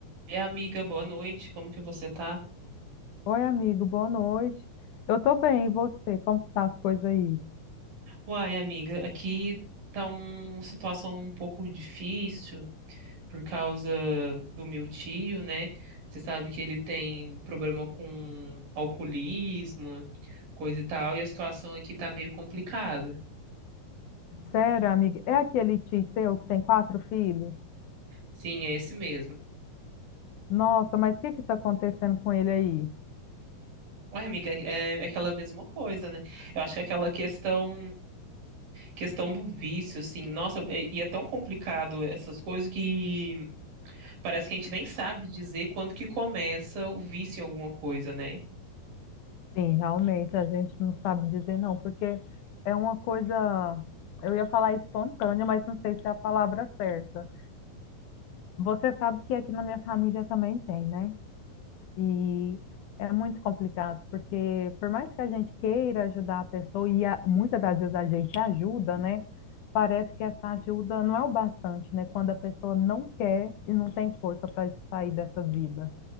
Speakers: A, on the right (about 75°); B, on the left (about 70°).
A: E amiga, boa noite. Como que você tá?
B: Oi, amigo, boa noite. Eu tô bem, e você? Como que tá as coisas aí?
A: Uai, amiga, aqui tá um, uma situação um pouco difícil por causa do meu tio, né? Você sabe que ele tem problema com alcoolismo, coisa e tal, e a situação aqui tá meio complicada.
B: Sério, amiga, é aquele tio seu que tem quatro filhos?
A: Sim, é esse mesmo.
B: Nossa, mas o que que tá acontecendo com ele aí?
A: Uai, amiga, é é aquela mesma coisa, né? Eu acho que é aquela questão questão do vício, assim, nossa, e e é tão complicado essas coisas que Parece que a gente nem sabe dizer quando que começa o vício em alguma coisa, né?
B: Sim, realmente, a gente não sabe dizer não, porque é uma coisa, eu ia falar espontânea, mas não sei se é a palavra certa. Você sabe que aqui na minha família também tem, né? E é muito complicado, porque por mais que a gente queira ajudar a pessoa, e a- muitas das vezes a gente ajuda, né? Parece que essa ajuda não é o bastante, né? Quando a pessoa não quer e não tem força para sair dessa vida.